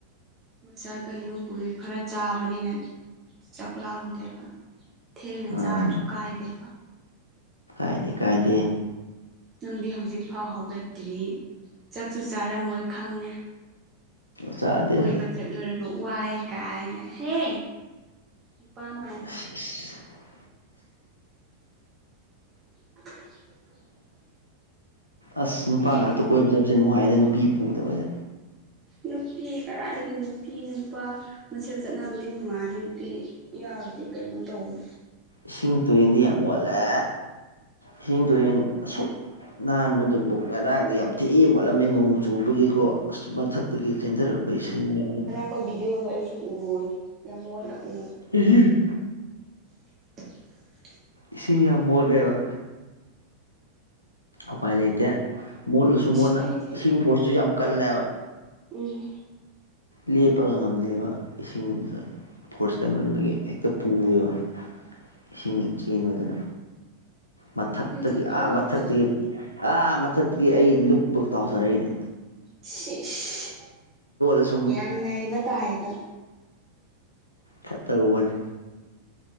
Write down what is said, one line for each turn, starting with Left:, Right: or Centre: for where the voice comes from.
Right: ꯉꯁꯥꯏ ꯀꯩꯅꯅꯨꯡ ꯄꯨꯨꯔꯤ ꯈꯔ ꯆꯥꯕꯅꯤꯅ ꯆꯥꯛꯂꯥꯛꯑꯝꯗꯦꯕ ꯊꯦꯡꯅ
Left: ꯑꯥ
Right: ꯆꯥꯔꯁꯨ ꯀꯥꯏꯗꯦꯕ
Left: ꯀꯥꯏꯗꯦ ꯀꯥꯏꯗꯦ
Right: ꯅꯪꯗꯤ ꯍꯧꯖꯤꯛꯐꯥꯎ ꯍꯧꯒꯠꯇ꯭ꯔꯤ ꯆꯥꯛꯁꯨ ꯆꯥꯔꯝꯃꯣꯏ ꯈꯪꯉꯦ
Left: ꯆꯥꯗꯦ
Right: ꯑꯣꯏꯣꯏꯕ ꯆꯠꯂꯨꯔꯒ ꯋꯥꯏ ꯀꯥꯏꯅ ꯍꯦ ꯅꯨꯄꯥ ꯃꯥꯟ
Left: <unintelligible>
Right: <unintelligible>
Left: ꯑꯁ ꯅꯨꯄꯥ
Right: ꯉꯁꯤꯗꯤ
Left: ꯉꯥꯛꯇ ꯀꯣꯏꯕ ꯆꯠꯄꯁꯦ ꯅꯨꯡꯉꯥꯏꯗꯅ ꯅꯨꯄꯤ ꯄꯨꯗꯕꯁꯦ
Right: ꯅꯨꯄꯤ ꯀꯔꯥꯏꯗꯒꯤ ꯅꯨꯄꯤ ꯅꯨꯄꯥ ꯃꯁꯦꯜ ꯆꯠꯕꯨꯗꯤ ꯅꯨꯡꯉꯥꯏꯅꯤ ꯅꯨꯄꯤ ꯌꯥꯌꯥꯕꯗꯤ ꯀꯩꯅꯣ ꯇꯧꯋꯤ
Left: ꯏꯁꯤꯡ ꯇꯨꯔꯦꯟꯗꯤ ꯌꯥꯝ ꯃꯣꯠꯂꯦ ꯏꯁꯤꯡ ꯇꯨꯔꯦꯟ ꯑꯁꯨꯛ ꯅꯍꯟꯕꯗꯨꯕꯨꯛ ꯉꯔꯥꯡꯗꯤ ꯌꯥꯝ ꯊꯤ ꯑꯣꯣꯠꯂꯝꯃꯦ ꯅꯣꯡ ꯆꯨꯕꯒꯤꯀꯣ ꯑꯁꯨ ꯃꯊꯛ ꯑꯩꯒꯤ ꯆꯦꯟꯊꯔꯛꯄ ꯏꯁꯩꯅꯦꯗꯅ
Right: ꯑꯄ ꯚꯤꯗꯤꯑꯣꯗꯣ ꯑꯩꯁꯨ ꯎ ꯌꯥꯝ ꯃꯣꯠꯅ ꯎ
Left: ꯏꯍ
Right: <unintelligible>
Left: ꯏꯁꯤꯡ ꯌꯥꯝ ꯃꯣꯠꯂꯦꯕ ꯎꯄꯥꯏ ꯂꯩꯇꯦ ꯃꯣꯠꯂꯨꯁꯨ
Right: ꯑꯁ
Left: ꯃꯣꯟꯅ
Right: ꯑꯩꯗꯤ
Left: ꯁꯤꯒꯨꯝꯕ ꯐꯣꯔꯁꯇꯁꯨ ꯌꯥꯝ ꯀꯜꯂꯦꯕ
Right: ꯎꯝ
Left: ꯂꯦꯞꯄꯒ ꯉꯝꯗꯦꯕ ꯏꯁꯤꯡꯗ ꯐꯣꯔꯁ ꯀꯟꯃꯟꯕꯒꯤ ꯍꯦꯛꯇ ꯄꯨꯋꯦꯕ ꯏꯁꯤꯡ ꯆꯦꯟꯕꯗꯨꯅ ꯃꯊꯛꯇꯒꯤ
Right: ꯑꯩꯗꯤ ꯀꯣꯏꯕ
Left: ꯑꯥ ꯃꯊꯛꯇꯒꯤ
Right: ꯆꯠ
Left: ꯑꯥ ꯃꯊꯛꯀꯤ ꯑꯩ ꯂꯨꯞꯄꯒ ꯇꯥꯎꯊꯔꯛꯏꯅꯦ
Right: ꯁꯤꯁ
Left: ꯁꯤꯁ
Right: ꯌꯥꯝ ꯅꯩꯕ ꯇꯥꯏꯗ
Left: ꯈꯠꯇ ꯎꯕꯅꯦ